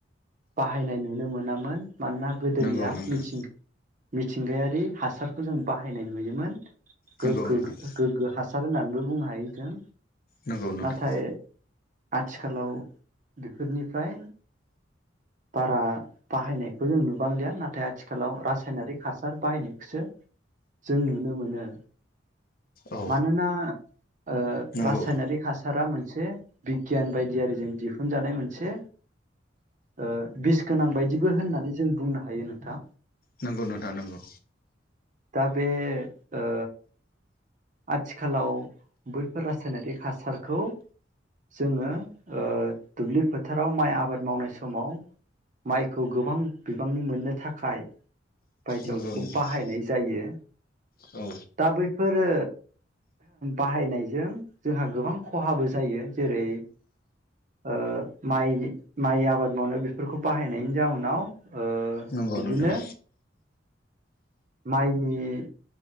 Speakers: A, on the right; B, on the left.
A: बाहायनाय नुनो मोनामोन मानोना गोदोनिया
B: नंगौ नोंथां
A: मिथिंगा मिथिंगायारि हासार खौ जों बाहायनाय नुयोमोन
B: नंगौ
A: गोगगो
B: नोंथां
A: गोगो हास सार होननानैबो बुंनो हायो जों
B: नंगौ नोंथां
A: नाथाय आथिखालाव बेफोरनिफ्राय बारा बाहायनायखौ जों नुबांलिया। नाथाय आथिखालाव रासायनारि हासार बाहायनायखौसो जों नुनो मोनो
B: औ
A: मानोना ओ
B: नंगौ
A: रासायनारिक हासारा मोन से बिगियान बायदियारिजों दिहुनजानाय मोनसे ओ बिस गोनां बायदिबो होननानै जों बुंनो हायो नोंथां
B: नोंगौ नोंथां नोंगौ
A: दा बे ओ आथिखालाव बैफोर रासायनारि हासारखौ जोंङो ओ दुब्लि फोथाराव माइ आबाद मावनाय समाव माइखौ गोबां बिबांनि मोननो थाखाय बायदियाव
B: नंगौ
A: बेखौ
B: नोंथां
A: बाहायनाय जायो
B: औ
A: दा बैफोरो बाहायनायजों जोंहा गोबां खहाबो जायो जेरै ओ माइ माइ आबाद मावनाय बेफोरखौ बाहायनायनि जाउनाव ओ
B: नंगौ
A: बिदिनो
B: नोंथां
A: माइनि